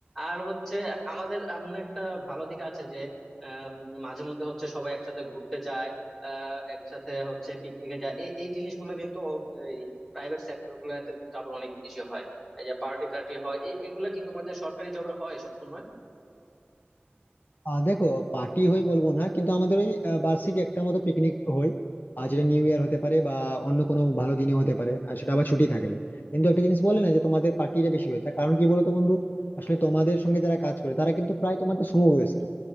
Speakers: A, in the centre; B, on the left (about 50°).
A: আর হচ্ছে আমাদের এমন একটা ভালো দিক আছে যে আম, মাঝে মধ্যে হচ্ছে সবাই একসাথে ঘুরতে যায় আহ, একসাথে হচ্ছে পিকনিকে যায় এই এই জিনিসগুলো কিন্তু প্রাইভেট সেক্টর গুলোতে কিন্তু আবার অনেক বেশি হয় এই যে পার্টি টার্টি হয় এ- এগুলা কি তোমাদের সরকারি জবে হয় সবসময়
B: আহ দেখো পার্টি হয় বলবো না কিন্তু আমাদের ওই আহ, বার্ষিক একটা মতো পিকনিক হয় আর যেটা নিউ ইয়ার হতে পারে বা অন্য কোনো ভালো দিনে হতে পারে আর সেটা আবার ছুটি থাকলে কিন্তু একটা জিনিস বলে না যে তোমাদের পার্টিটা বেশি হয় তার কারণ কি বলতো বন্ধু আসলে তোমাদের সঙ্গে যারা কাজ করে তারা কিন্তু প্রায় তোমাদের সমবয়স্ক